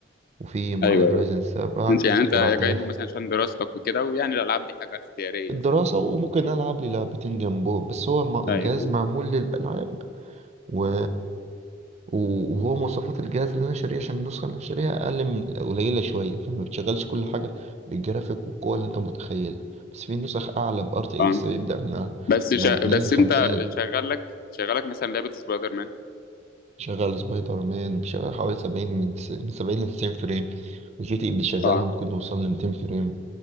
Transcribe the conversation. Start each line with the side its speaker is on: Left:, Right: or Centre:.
Right: وفي معالج
Left: ايوه ايوه
Right: رايزن 7
Left: انت يعني انت
Right: 7000
Left: جايبه مثلا عشان دراستك وكده ويعني الالعاب دي حاجه اختياريه
Right: الدراسة
Left: فاهم
Right: وممكن ألعب لي لعبتين جنبه بس هو م-
Left: ايوه
Right: الجهاز معمول للألعاب و... و- وهو مواصفات الجهاز اللي أنا شاريه عشان النسخة اللي أنا شاريها أقل من قليلة شوية فما بتشغلش كل حاجة بالجرافيك والقوة اللي أنت متخيلها بس في نسخ أعلى ب RTX
Left: اه
Right: بيبدأ من
Left: بس شا...
Right: من 40
Left: بس
Right: 50
Left: انت شغالك شغالك مثلا لعبه سبايدر مان
Right: شغال سبايدر مان بيشغل حوالي سبعين من تس... من سبعين لتسعين فريم وجي تي بيشغلها
Left: اه
Right: ممكن نوصل لميتين فريم